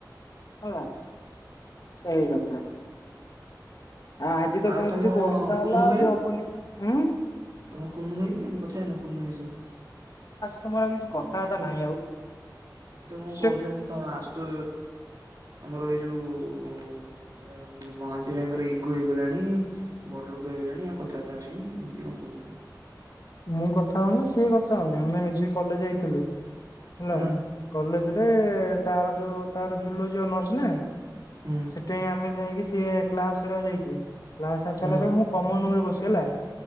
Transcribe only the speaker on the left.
ହେଲା, ସେଇକଥା। ଆଜି ତ
କଣ
ଏମିତି ବର୍ଷା ହେଲା
ଆଜି
ହବନି ହୁଁ।
ତମର କିଛି କଥାବାର୍ତ୍ତା ନାହିଁ ଆଉ?
ସେ
ମୁଁ କଥା ହଉନା ସିଏ କଥା ହଉନି ଆମେ ମିଜେ କଲେଜ ଯାଇଥିଲୁ ହେଲା
କଲେଜ ସେ ତାର ଯୋଉ ତାର ଜୁଲୋଜି ଅନର୍ସ ନା,
ସେଠେଇ ଆମେ ଯାଇକ ସିଏ କ୍ଲାସ କରିବାକୁ ଯାଇଛି, କ୍ଲାସ ଆସିସାରିଲା
ପରେ ମୁଁ କମନ ରୁମ ରେ ବସି ହେଲା